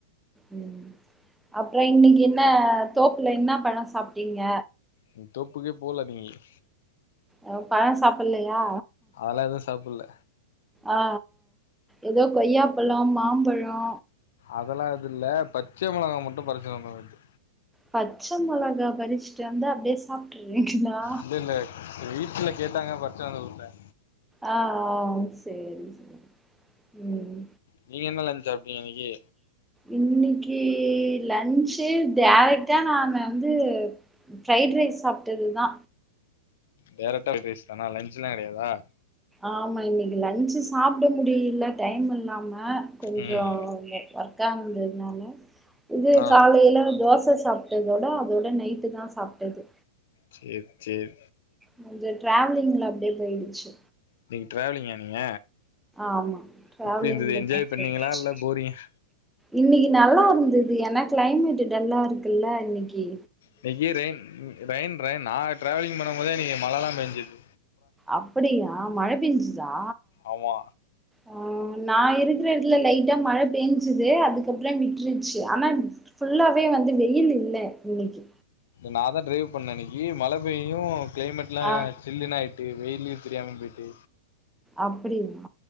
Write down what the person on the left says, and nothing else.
இன்னிக்கி தோப்புக்கே போல இன்னிக்கி
அதெல்லா எதுவு சாப்புல்ல
அதெல்லா எது இல்ல பச்ச மொளகா மட்டு பறிச்சு வந்தோ நேத்து
இல்ல இல்ல வீட்ல கேட்டாங்க பறிச்சுனு வந்து குத்த
நீங்க என்ன லன்ஞ் சாப்டீங்க இன்னிக்கி
டேரக்டா ஃப்ரைட் ரைஸ் தானா லன்ஞ்சுலா கெடையாதா
ம்
ஆ
செர் சேரி
இன்னைக்கு டிராவலிங்கா நீங்க
எப்டி இருந்தது என்ஜாய் பண்ணீங்களா
இல்ல போரிங்கா
இன்னிக்கு ரெயின் ரெயின் ரெய்ன் நா டிராவலிங் பண்ணும் போதே இன்னிக்கு மழை தா பெஞ்சுது
ஆமா
நா தா டிரைவ் பண்ணே இன்னக்கி மழை பெய்யு கிளைமெட்லா
சில்லுனு ஆய்ட்டு வெயிலே தெரியாம போய்ட்டு